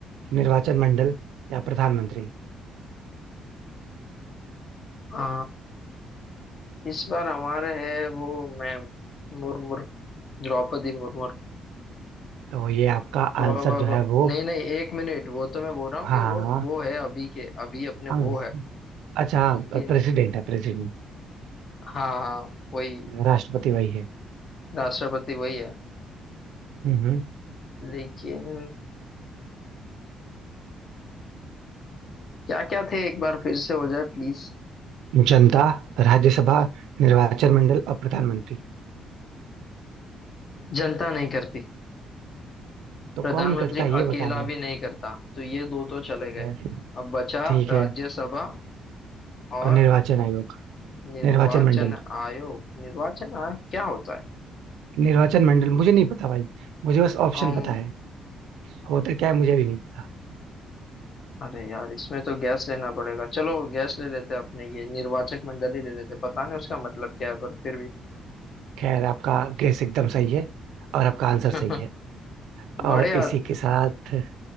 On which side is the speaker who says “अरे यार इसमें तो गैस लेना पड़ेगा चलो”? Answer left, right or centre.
Left